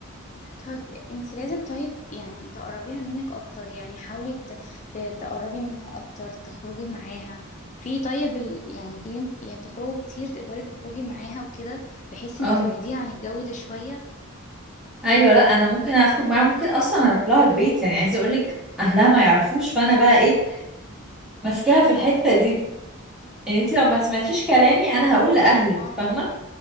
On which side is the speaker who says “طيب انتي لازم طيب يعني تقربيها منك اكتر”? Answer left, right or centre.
Left